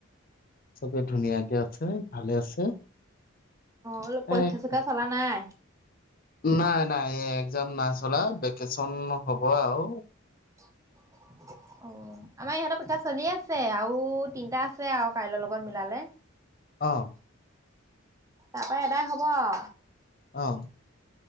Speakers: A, on the left; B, on the right.
A: চবেই ধুনীয়াাকে আছে ভালে আছে।
B: অলপ পৰীক্ষা
A: এ-
B: চৰীক্ষা চলা নাই?
A: নাই নাই একজাম নাই চলা ভেকেচন হ'ব আও
B: অ', আমাৰ ইহঁতৰ পইক্ষা চলি আছে আৰু তিনটা আছে আৰু কাইলৈৰ লগত মিলালে।
A: অ',
B: তাৰ পা এদাই হ'ব আও
A: অ',